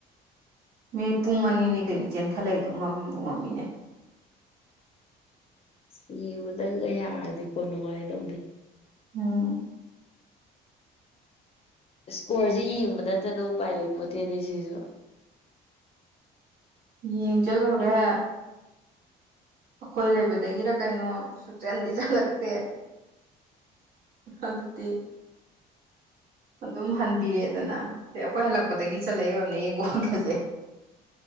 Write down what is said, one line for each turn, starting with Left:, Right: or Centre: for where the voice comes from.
Right: ꯃꯤ ꯄꯨꯡ ꯑꯅꯤꯅꯤ ꯀꯩꯅꯣ ꯆꯦꯟꯈꯠꯂꯛꯏꯗꯣ ꯉꯝꯕꯨ ꯉꯝꯃꯤꯅꯦ
Left: ꯑꯁ ꯌꯦꯡꯕ ꯗꯪꯒ ꯌꯥꯔꯗꯤꯀꯣ ꯅꯨꯡꯉꯥꯏꯗꯧꯅꯤ
Right: ꯑꯥ
Left: ꯏꯁꯀꯣꯔꯁꯦ ꯌꯦꯡꯕ ꯅꯠꯇꯅ ꯎꯄꯥꯏ ꯂꯩ ꯄꯣꯠꯇꯦꯅꯦ ꯁꯤꯁꯨ
Right: ꯌꯦꯡ ꯆꯠꯂꯨꯔꯦ ꯑꯈꯣꯏ ꯂꯩꯕꯗꯒꯤꯔ ꯀꯩꯅꯣ ꯁꯨꯛꯆꯟꯗꯤ ꯆꯜꯂꯛꯇꯦ ꯑꯗꯨꯗꯤ ꯑꯗꯨꯝ ꯍꯟꯕꯤꯔꯦꯗꯅ ꯏꯦ ꯑꯩꯈꯣꯏ ꯍꯜꯂꯛꯄꯗꯒꯤ ꯆꯠꯂꯛꯏ ꯑꯣꯏꯔꯝꯅꯤꯌꯦ ꯒꯣꯜꯒꯁꯦ <inaudible>